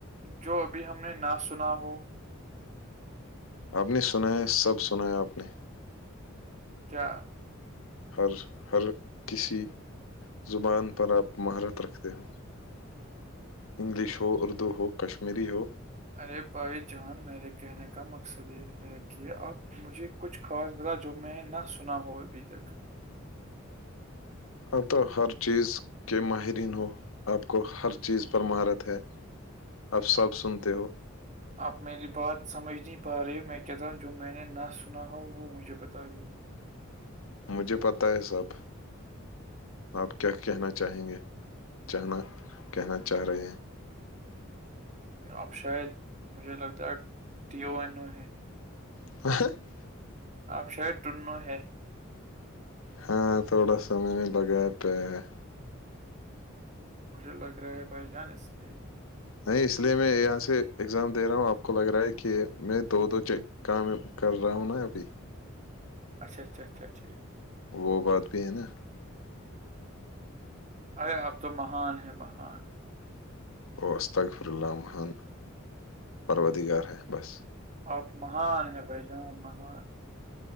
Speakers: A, on the right; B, on the left.
A: جو ابھی ہم نے نہ سنا ہو
B: آپ نے سنا ہے سب سنا ہے آپ نے
A: کیا
B: ہر ہر کسی زبان پر آپ مہارت رکھتے ہو انگلش ہو اردو ہو کشمیری ہو
A: ارے بھائی جان میرے کہنے کا مقصد یہ ہے کہ آپ مجھے کچھ خاص بتا جو میں نہ سنا ہو ابھی تک
B: اب تو ہر چیز کے ماہرین ہو آپ کو ہر چیز پر مہارت ہے اپ سب سنتے ہو
A: آپ میری بات سمجھ نہیں پا رہی ہو میں کہتا جو میں نے نہ سنا ہو وہ مجھے بتائیے
B: مجھے پتہ ہے سب آپ کیا کہنا چاہیں گے چاہنا کہنا چاہ رہے ہیں
A: اب شاید مجھے لگتا ہے ٹیو اینو ہے
B: <inaudible>
A: آپ شاید ٹنو ہے
B: ہاں تھوڑا سب میں نے لگایا پیک
A: مجھے لگ رہا ہے بھائی جان اس لیے
B: نہیں اس لیے میں یہاں سے ایگزام دے رہا ہوں آپ کو لگ رہا ہے کہ میں دو دو کام کر رہا ہوں نا ابھی
A: اچا اچھا اچھا ٹھیک
B: وہ بات بھی ہے نا
A: ارے اپ تو مہان ہے مہان
B: استغفر اللہ مہان پرادگار ہیں بس
A: آپ مہان ہے بھائی جان مہان